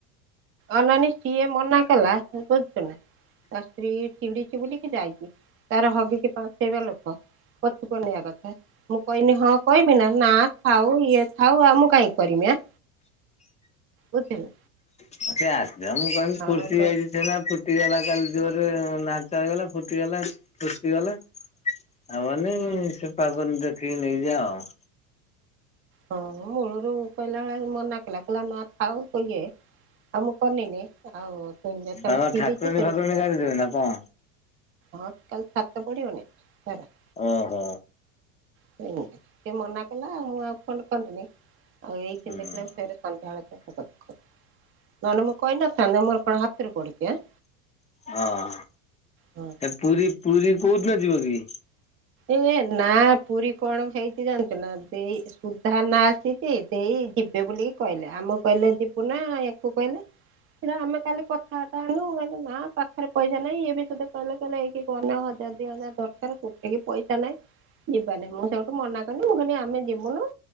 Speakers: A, on the right (about 30°); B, on the left (about 15°).
A: ଅନାନି ସିଏ ମନା କଲା ବୁଝଚୁ ନା। ତା ସ୍ତ୍ରୀ ଚିଡିଚି ବୁଲିକି ଯାଇଚି ତାର ହଗିକି ପାଞ୍ଚ ହେବା ଲୋକ। ପଛ କୁ ଅନେଇଆ କଥା ମୁଁ କହନି ହଁ କହିବି ନା ନା ଖଥାାଉ ଇଏ ଥାଉ ଆ ମୁଁ କାହିଁକି କରିମି ଆ ବୁଝିଲ।
B: ସେ ଆସ ମୁଁ କ
A: ଆଉ
B: ଫୁର୍ସି ଯାଇଚି ଛେନା ଫୁର ଫୁଟିଗଲା କାଲି ଜୋରରେ ନାଚ ହେଗଲା ଫୁଟିଗଲା ଫୁଟିଗଲା। ଆ ବନି
A: ହୁଁ
B: ସେ ପାଖରୁ ଦେଖିକି ନେଇଯାଅ ଆଉ।
A: ହଁ ମୂଳରୁ କହିଲା ବେଳେ ମନା କିଲା କଲା ନାଆ ଥାଉ କଇଲା ଏ ଆଉ ମୁଁ କନିନି ଆଉ ଜେତେଳେ
B: ତାଙ୍କର
A: ଚିଡିଚି
B: ଠାକୁରାଣୀ
A: ସେଟୁ
B: ଫାକୁରାଣୀ ଗାଧେଇଥିବେ ନା କଣ?
A: ହଁ କାଲି ଛାତ ପଡିବନି ସାରେ।
B: ଓହୋ।
A: ସେଏ ମନା କଲା ମୁଁ ଆଉ ଫୋନ କନିନେଇ ଏଇ
B: ହୁଁ
A: ଦେଖିଲା ଫେରେ ସଧ୍ୟାଳେ ପଖ ନହେଲେ ମୁଁ କହିନଥାନ୍ତେ ମୋର କଣ ହାତରୁ ପଡୁଚି ଆଁ।
B: ହଁ
A: ହଁ
B: ଏ ପୁରୀ ପୁରୀ କୋଉଦିନ ଯିବ କି।
A: ଏ ନା ପୁରୀ କଣ ହେଇଛି ଜାଣିଚୁନା ଦେଇ ସୁଧା ନା ଆସିଛି ଦେଇ ଯିବେ ବୋଲିକି କହିଲେ ଆମ କହିଲେ ଯିବୁ ନା ୟାକୁ କହିଲେ। ରେ ଆମେ କାଲି କଥାବାର୍ତା ହେନୁ କହିନୁ ନା ପାଖରେ ପଇସା ନାହିଁ ଏ ବି ସଧେ କହିଲେ ଏଇକି କନ ହଜାର ଦି ହଜାର ଦରକାର ଗୋଟେ କି ପଇସା ନହିଁ। ଯିବାନି ମୁଁ ସେଉଠୁ ମନା କଲିି ମୁଁ କହିନି ଆମେ ଯିବୁନୁ।